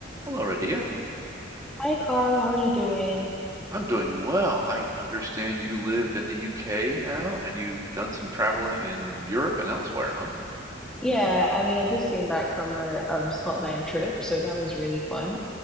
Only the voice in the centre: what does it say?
Hi Carl, how are you doing?
Yeah, I mean, I just came back from a um Scotland trip, so that was really fun.